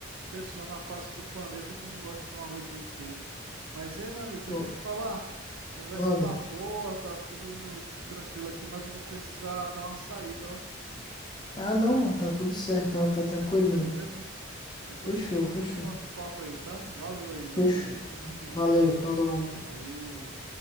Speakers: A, on the right (about 85°); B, on the left (about 20°).
A: pessoa na face do planeta que não gosta de um arroz bem feito. Mas, ei, meu amigo, deixa
B: Top.
A: eu te falar. Conversa
B: Manda.
A: tá boa, tá tudo indo tranquilo aqui, mas eu vou precisar dar uma saída, ó.
B: Ah, não, mano. Tá tudo certo. Tá, tá tranquilinho.
A: Beleza? Depois
B: Fechou,
A: a gente continua
B: fechou.
A: o nosso papo aí, tá? Valeu aí, meu
B: Fechou.
A: amigo. Tamo junto.
B: Valeu, falou.
A: Valeu.